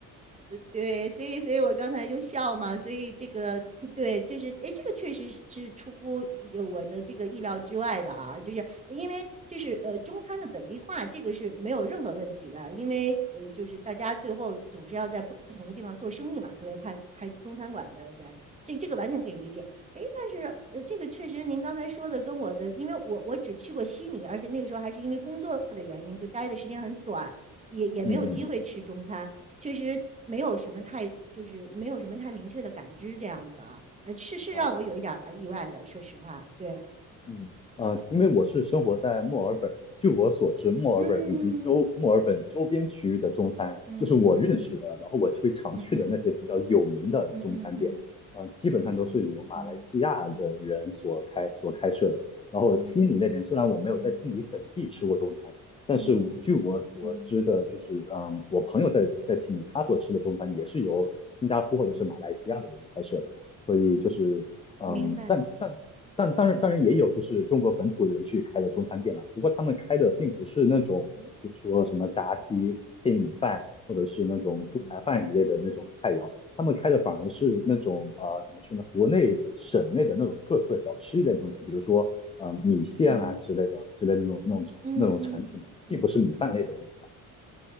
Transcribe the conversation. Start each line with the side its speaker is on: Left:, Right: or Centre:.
Right: 对，所以，所以我刚才就笑嘛，所以这个对，就是哎，诶这个确实是出乎有我的这个意料之外的啊，就是因为就是呃，中餐的本地化这个是没有任何问题的，因为呃，就是大家最后总是要在不同的地方做生意嘛，特别看开中餐馆的人，这这个完全可以理解。哎，但是呃，这个确实您刚才说的跟我的，因为我我只去过悉尼，而且那个时候还是因为工作的原因，就待的时间很短，也也没有机会吃中餐。
Left: 嗯嗯。
Right: 确实没有什么太就是没有什么太明确的感知这样子啊，呃，是是让我有一点儿意外的，
Left: 啊，
Right: 说实话，对，
Left: 嗯，呃，因为我是生活在墨尔本，据我所知，墨尔本以及周墨尔本周边区域的中餐，
Right: 嗯嗯嗯嗯
Left: 就是我认识的，然后我会常去的那些比较有名的中餐店，
Right: 嗯嗯嗯嗯
Left: 呃，基本上都是由马来西亚的人所开所开设的。
Right: 嗯嗯嗯
Left: 然后悉尼那边，
Right: 嗯
Left: 虽然我没有在悉尼本地吃过中餐，
Right: 嗯嗯
Left: 但是我据我所知的，
Right: 嗯嗯嗯
Left: 就是嗯，我朋友在在悉尼，他所吃的中餐也是由新加坡或者是马来西亚的人开设的，
Right: 嗯，
Left: 所以就是。
Right: 明白，
Left: 嗯，但但但当然当然也有就是中国本土人去开的中餐店了，
Right: 嗯
Left: 不过他们开的并不是那种，
Right: 嗯
Left: 比如说什么炸鸡配米饭，或者是那种猪排饭一类的那种菜肴，
Right: 嗯
Left: 他们开的反而是那种啊、呃怎么说呢，国内省内的那种特色小吃一类的东西，比如说呃米线啊之类的之类的那种那种那种产品，
Right: 嗯嗯嗯嗯嗯。
Left: 并不是米饭类的东西啊。